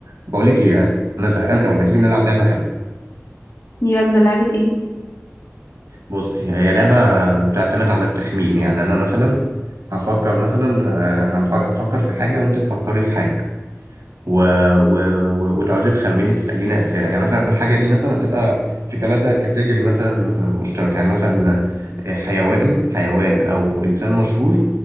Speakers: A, on the right (about 80°); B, on the left (about 80°).
A: بقول لك ايه انا زهقان قوي ما تيجي نلعب لعبه حلوه
B: يلا لعبة ايه
A: بصي هي لعبه بتعتمد على التخمين يعني انا مثلا هفكر مثلا آه، هنف- هفكر في حاجه وانت تفكري في حاجه و... و... و... وتقعدي تخمني تساليني اسئله يعني مثلا الحاجه دي مثلا هتبقى في ثلاثه كاتيجوري مثلا مشتركه يعني مثلا آه، حيوان حيوان او انسان مشهور